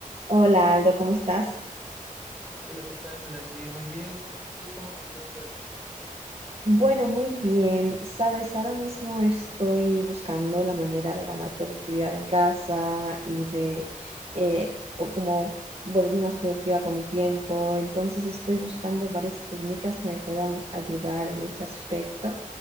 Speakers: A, on the right (about 45°); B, in the centre.
A: Hola Aldo, ¿cómo estás?
B: Hola, ¿qué tal, Melanie? Muy bien, ¿y tú cómo te encuentras?
A: Bueno, muy bien. Sabes, ahora mismo estoy buscando la manera de ganar productividad en casa y de eh, o como volverme más productiva con mi tiempo. Entonces estoy buscando varias técnicas que me puedan ayudar en ese aspecto